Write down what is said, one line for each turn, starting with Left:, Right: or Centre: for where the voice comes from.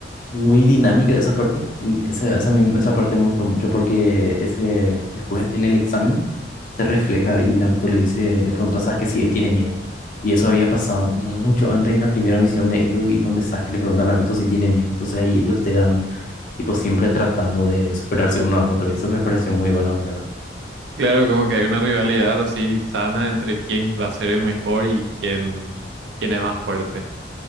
Left: muy dinámica esa parte. En Esa, esa, me- esa parte me gustó mucho porque ese, después en el examen se refleja y Naruto le dice, le pregunta a Sasuke si él tiene miedo. Y eso había pasado mucho antes en la primera misión de ellos y donde Sasuke le pregunta a Naruto si tiene miedo. Entonces ahí ellos te dan, tipo siempre tratando de superarse uno a otro y eso me pareció muy bueno a mí también.
Right: Claro, como que hay una rivalidad así sana entre quién va a ser el mejor y quién, quién es más fuerte.